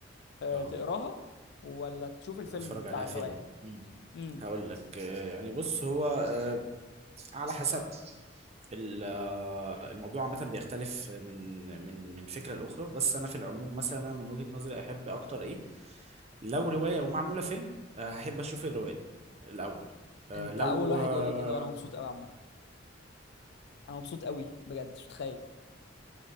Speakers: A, on the left (about 60°); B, on the right (about 35°).
A: أه
B: اه
A: تقراها ولا تشوف الفيلم
B: ولا اتفرج
A: بتاع
B: عليها
A: الروايه
B: فيلم مم.
A: امم
B: هقول لك آه، يعني بص هو آه، على حسب ال- آه، الموضوع عامة بيختلف من من من فكرة لأخرى بس أنا في العموم مثلا أنا من وجهة نظري أحب أكتر إيه لو رواية ومعمولة فيلم آه، هحب أشوف الرواية الأول آه،
A: انت
B: لو
A: اول واحد
B: آه،
A: يقول لي كده وانا مبسوط قوي عامه انا مبسوط قوي بجد مش متخيل